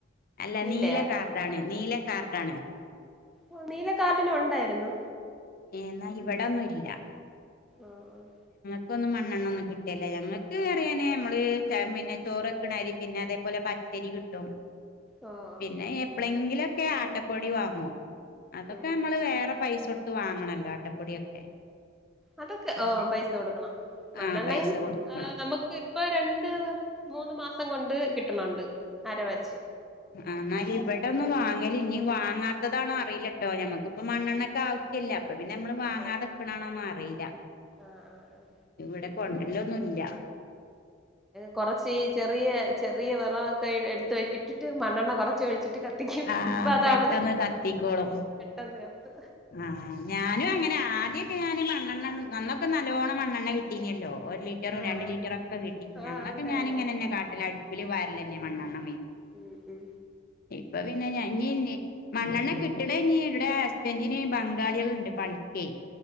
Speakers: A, on the left (about 50°); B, in the centre.
A: അല്ല
B: നീലയാ
A: നീല കാർഡാണ് നീല കാർഡാണ്
B: ഒഹ് നീലക്കാർഡിനുണ്ടായിരുന്നു
A: ഏഹ് ന്നാ ഇവിടെന്നുംല്ല
B: ആഹ് ആഹ്
A: പൊ ഒന്നും മണ്ണെണ്ണ ഒന്നും കിട്ടേല്ല ഞങ്ങക്ക് അറിയാനേ മ്മള് ചേ മെന്നെ ചോറക്ണരി പിന്നെ അതേപോലെ പ ച്ചരി കിട്ടും
B: ഓ ഓ
A: പിന്നെ എപ്പളെങ്കിലൊക്കെ ആട്ടപ്പൊടി വാങ്ങോ അതൊക്കെ
B: ഉം
A: അമ്മള് വേറെ പൈസ കൊടുത്ത് വാങ്ങണല്ലോ ആട്ടപ്പൊടിയൊക്കെ
B: അതൊക്കെ
A: പിന്നെ
B: ആഹ് പൈസ കൊടുക്കണം മണ്ണെണ്ണയും
A: ആ പൈസ കൊടുക്കണം
B: ആഹ് നമുക്ക് ഇപ്പൊ രണ്ട് മൂന്ന് മാസ് സം കൊണ്ട് കിട്ടുണ്ണ്ട് അര വച്
A: ആഹ് ന്നാല് ഇവിടെന്നും വാങ്ങല്ല്യ ഇനി വാങ്ങാത്തതാണോ അറിയില്ലട്ടോ ഞമ്മക്കിപ്പ മണ്ണെണ്ണക് ആവശ്യല്ല അപ്പ പിന്നെ അമ്മള് വാങ്ങാതെക്ക്ണാണോന്നു
B: ആഹ്
A: അറിയില്ല.
B: ആഹ് ആഹ് ആഹ്
A: ഇവിടെ കൊണ്ടര്ല്ലൊന്നുംല്ല
B: കൊറച്ച് ഈ ചെറിയ ചെറിയ വിറൊക്കെ എടുത്ത് ഇട്ടിട്ട് മണ്ണെണ്ണ കുറച്ച് ഒഴിച്ചി റ്റ് കത്തിക്കും
A: ആഹ്
B: ഇപ്പ അതാണ്
A: പെട്ടെന്ന് കത്തിക്കോളും
B: പെട്ടെന്ന് കത്ത്
A: ആഹ് ഞാനും അങ്ങനെ ആദ്യൊക്കെ ഞാൻ മണ്ണെണ്ണ നന്നൊക്കെ നല്ലോണ്ണം മണ്ണെണ്ണ കിട്ടീനില്ലോ ഒരു ലിറ്ററും
B: ആഹ്
A: രണ്ട്
B: ആഹ്
A: ലിറ്ററൊക്കെ കിട്ടിഞ്ഞി.
B: ആഹ്
A: അന്നൊക്കെ
B: ഉണ്ടായിരുന്നു
A: ഞാനിങ്ങനെന്നെ
B: ആഹ്
A: കാട്ടല അടുപ്പില് വാര്ലെന്നെ മണ്ണണ്ണ.
B: ഉം ഉം
A: അപ്പൊ പിന്നെഞ ഞ്ഞിന്നി മണ്ണെണ്ണ കിട്ട്ണെ ഞ്ഞീ ടെ ഹസ്ബൻറിന് ബംഗാളികളുണ്ട് പണിക്കെ.